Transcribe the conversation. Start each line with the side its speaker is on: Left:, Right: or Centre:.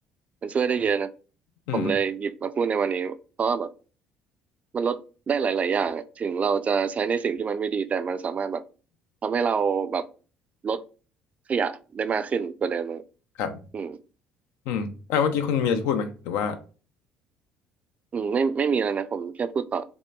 Right: มันช่วยได้เยอะนะ
Left: อืมอื
Right: ผมเลยหยิบมาพูดในวันนี้เพราะว่าแบบมันลดได้หลาย ๆ อย่างอะถึงเราจะใช้ในสิ่งที่มันไม่ดีแต่มันสามารถแบบทำให้เราแบบลดขยะได้มากขึ้นกว่าเดิมอะ
Left: มครับ
Right: อืม
Left: อืมอ่าเมื่อกี้คุณเมียจะพูดไหมหรือว่า
Right: อืมไม่ไม่มีแล้วนะผมแค่พูดต่อ